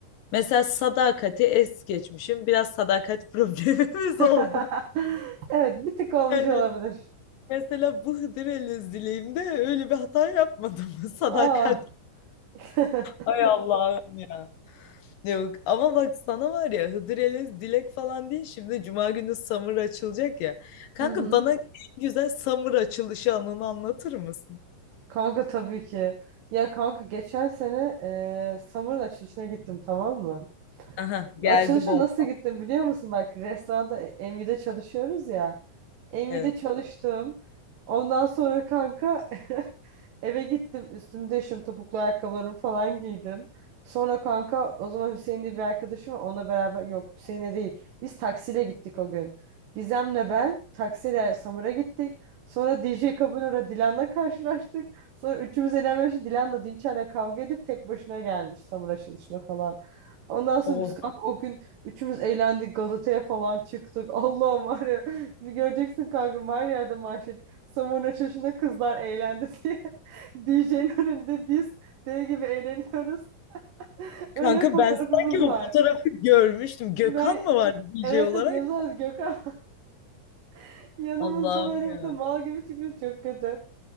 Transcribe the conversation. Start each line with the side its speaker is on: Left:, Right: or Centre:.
Left: Mesela sadakati es geçmişim. Biraz sadakat <laughs> problemimiz
Right: <laughs>
Left: oldu.
Right: Evet, bir tık olmuş
Left: Yani
Right: olabilir.
Left: mesela bu Hıdır Ellez dileğimde öyle bir hata yapmadım. <laughs> Sadakat.
Right: Ah. <laughs>
Left: Ay Allah'ım ya. Yok ama bak sana var ya Hıdrellez Dilek falan değil şimdi Cuma günü Summer açılacak ya. Kanka
Right: Hı hı.
Left: bana en güzel Summer açılışı anını anlatır mısın?
Right: Kanka tabii ki. Ya kanka geçen sene e, Summer'ın açılışına gittim tamam mı?
Left: Aha geldi
Right: Açılışa
Left: bomba.
Right: nasıl gittim biliyor musun? Bak restoranda Envy'de çalışıyoruz ya. Envy'de
Left: Evet.
Right: çalıştım. Ondan sonra kanka <laughs> eve gittim. Üstümü değiştim. Topuklu ayakkabılarımı falan giydim. Sonra kanka o zaman Hüseyin diye bir arkadaşım var. Onunla beraber yok Hüseyin'e değil. Biz taksiyle gittik o gün. Gizem'le ben taksiyle Samur'a gittik. Sonra DJ Kabulora Dilan'la karşılaştık. Sonra üçümüz eğlenmeye başladık. Dilan da Dinçer'le kavga edip tek başına gelmiş Samur açılışına falan. Ondan sonra
Left: Oh
Right: biz kanka o gün üçümüz eğlendik gazeteye falan çıktık. Allah'ım var ya bir göreceksin kanka her yerde manşet. Samurun açılışında kızlar eğlendi diye. <laughs> DJ'nin önünde biz deli gibi eğleniyoruz. <laughs>
Left: kanka
Right: Öyle bir fotoğrafımız
Left: ben sanki o
Right: var.
Left: fotoğrafı görmüştüm. Gökhan
Right: Ben
Left: mı vardı DJ
Right: evet
Left: olarak?
Right: evet yanımızda Gökhan <laughs> yanımızda
Left: Allah'ım
Right: böyle
Left: ya.
Right: bir de mal gibi çıkmış çok kötü.